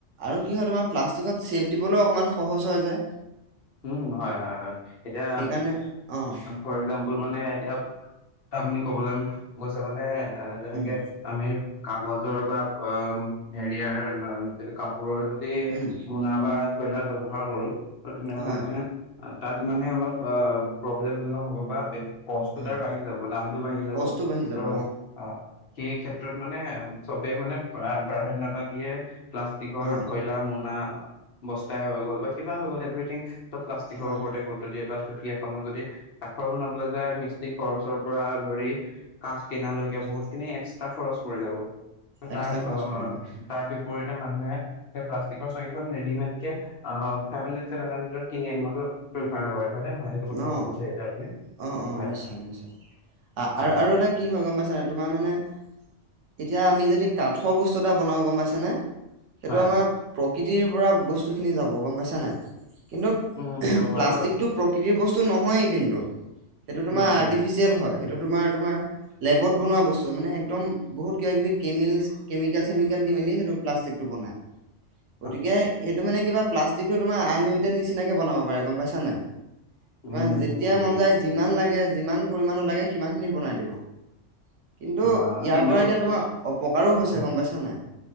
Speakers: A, on the right (about 80°); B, on the left (about 55°).
A: আৰু কি হয় তোমাৰ প্লাষ্টিকত চেপ দিবলৈও অকণমান সহজ হয় যে।
B: উম হয় হয় হয়। এতিয়া
A: সেইকাৰণে অ'
B: ফৰ একজাম্পল মানে এতিয়া আপুনি ক'বলৈ গৈছে মানে যেনেকে
A: উম,
B: আমি কাগজৰ বা অ' হেৰিয়াৰ এইটো কাপোৰৰ সেইটো দি
A: উম
B: মোনা বা থৈলাৰ ব্যৱহাৰ কৰো। ত তেনেহলে
A: হয়।
B: মানে তাত মানে অলপ প্ৰব্লেম জনক হ'ব পাৰে। কষ্টটো
A: হয়,
B: তাৰ বাঢ়ি যাব দামটো বাঢ়ি যাব।
A: কষ্টটো বাঢ়ি যাব
B: ত' অ' সেই ক্ষেত্ৰত মানে চবেই মানে প্ৰাধান্যতা দিয়ে। প্লাষ্টিকৰ
A: অ',
B: থৈলা, মোনা, বস্তাই হৈ গ'ল বা কিবা হৈ গ'ল এভ্ৰিথিং। ত' প্লাষ্টিকৰ
A: হয়,
B: ওপৰতে গুৰুত্ব দিয়ে বা চকি এখনো যদি কাঠৰ বনাবলৈ যায় মিছ স্ত্ৰী খৰচৰ পৰা ধৰি কাঠ কিনা লৈকে
A: হয়।
B: বহুত খিনি এক্সট্ৰা খৰচ পৰি যাব। <unintelligible>
A: এক্সট্ৰা খৰচ পৰি যায়
B: বিপৰীতে মানুহে সেই প্লাষ্টিকৰ চকীখন ৰেডিমেডকে ফাইভ হাণ্ড্ৰেড <unintelligible> সেইটো কথা
A: অ'
B: ক'ব বিচাৰিছে আপুনি
A: অ' অ'
B: হয়
A: নিশ্চয় নিশ্চয়,
B: হয়
A: আৰু
B: হয়
A: আৰু এটা কি হয় গম পাইছা নাই, তোমাৰ মানে এতিয়া আমি যদি কাঠৰ বস্তু এটা বনাওঁ। গম পাইছানে? সেইটো
B: হয় হয়
A: আমাৰ
B: হয়
A: প্ৰকৃতিৰ পৰা বস্তুখিনি যাব। গম পাইছা নাই? কিন্তু
B: উম সেইটো হয়
A: প্লাষ্টিকটো
B: বাৰু
A: প্ৰকৃতিৰ বস্তু নহয়েই কিন্তু। সেইটো তোমাৰ
B: উম
A: আৰ্টিফিচিয়েল হয় সেইটো তোমাৰ তোমাৰ লেবত বনোৱা বস্তু মানে একদম বহুত কিবা কিবি কেমেলছ কেমিকেল-চেমিকেল দি মেলি সেইটো প্লাষ্টিকটো বনাই।
B: <inaudible>
A: গতিকে সেইটো মানে কিবা প্লাষ্টিকটো তোমাৰ আনলিমিটেড নিচিনাকে বনাব পাৰে। গম পাইছা নাই? তোমাৰ
B: উম
A: যেতিয়াই মন যায়, যিমান লাগে যিমান পৰিমাণৰ লাগে সিমানখিনি বনাই দিব। কিন্তু
B: অ
A: ইয়াৰ
B: কিন্তু
A: পৰা এতিয়া তোমাৰ অপকাৰো হৈছে।
B: হয়
A: গম পাইছা নাই?